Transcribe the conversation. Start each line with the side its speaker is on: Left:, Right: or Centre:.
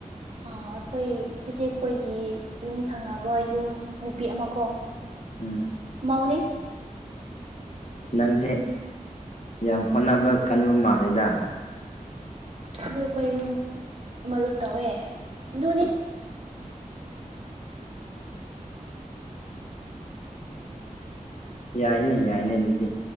Right: ꯑ ꯑꯩꯈꯣꯏ ꯆꯦꯆꯦꯈꯣꯏꯒꯤ ꯌꯨꯝ ꯊꯪꯅꯕ ꯌꯨꯝ ꯅꯨꯄꯤ ꯑꯃ ꯀꯣ
Left: ꯎꯝ
Right: ꯃꯧꯎꯅꯦ
Left: ꯑꯁ ꯅꯪꯁꯦ ꯌꯥꯝ ꯍꯣꯠꯅꯕ ꯀꯟꯕ ꯃꯥꯜꯂꯦꯗ
Right: ꯑꯗꯨ ꯑꯩꯈꯣꯏ ꯑꯍꯨꯝ ꯃꯔꯨꯞ ꯇꯧꯋꯦ ꯑꯗꯨꯅꯤ
Left: ꯌꯥꯏꯅꯦ ꯌꯥꯏꯅꯦ ꯑꯗꯨꯗꯤ